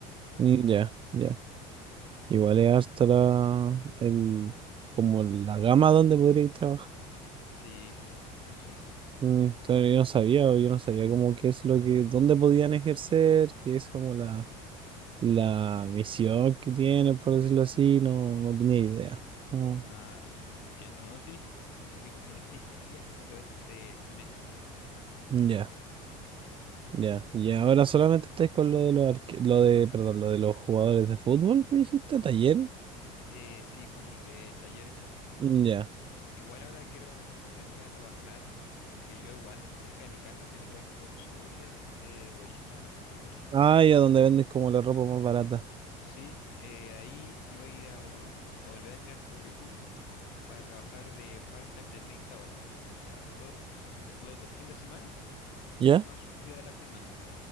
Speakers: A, on the right; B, on the left.
A: Mm, Ya, ya. Igual es harta la, el, como la gama donde podríais trabajar.
B: Sí, sí, eso sí.
A: Mm, claro, yo no sabía, yo no sabía cómo qué es lo que, dónde podían ejercer, qué es como la, la misión que tienen, por decirlo así, no, no tenía idea. Mm,
B: Ah, ya, entiendo, ¿no? Sí, porque como hay arte e ingeniería, es como que a veces se, se mezclan.
A: ya, ya. Y ahora solamente estáis con lo de los arque- lo de, perdón, lo de los jugadores de fútbol, me dijiste, taller.
B: Eh, sí, con los de talleres de fútbol.
A: Ya.
B: Igual ahora quiero tratar de entrar a trabajar, porque yo igual cerca de mi casa tengo estos outlet eh, o Isto, no sé si lo conoces.
A: Ah, ya, donde venden como la ropa más barata.
B: Sí, eh, ahí iba a ir a, a volver a tirar currículum para trabajar de part-time de 30 horas, o sea, dos fin- los dos fines de semana
A: ¿Ya?
B: más un día de la semana.